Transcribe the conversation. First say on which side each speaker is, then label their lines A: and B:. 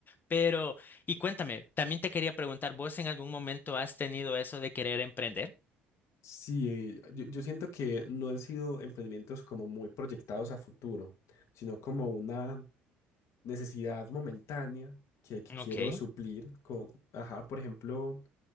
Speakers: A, on the left; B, on the left.
A: Pero, y cuéntame, también te quería preguntar, ¿vos en algún momento has tenido eso de querer emprender?
B: Sí, yo, yo siento que no han sido emprendimientos como muy proyectados a futuro, sino como una necesidad momentánea que, que quiero
A: Ok.
B: suplir con, ajá, por ejemplo...